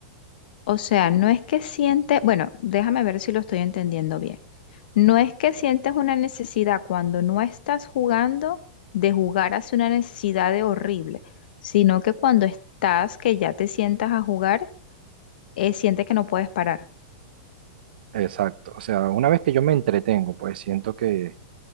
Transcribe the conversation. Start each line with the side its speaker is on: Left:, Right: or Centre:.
Left: O sea, no es que siente, bueno, déjame ver si lo estoy entendiendo bien. No es que sientes una necesidad cuando no estás jugando de jugar hacia una necesidad de horrible, sino que cuando estás, que ya te sientas a jugar, eh, sientes que no puedes parar.
Right: Exacto. O sea, una vez que yo me entretengo, pues siento que,